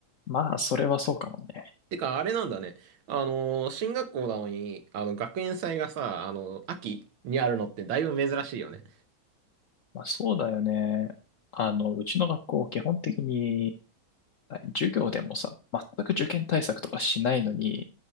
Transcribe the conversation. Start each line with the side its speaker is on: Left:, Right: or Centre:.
Left: まあ、それはそうかもね。
Right: てか、あれなんだね。あのー、進学校なのに、あの、学園祭がさ、あの、秋にあるのってだいぶ珍しいよね。
Left: まあ、そうだよね。あの、うちの学校、基本的に、あ授業でもさ、全く受験対策とかしないのに、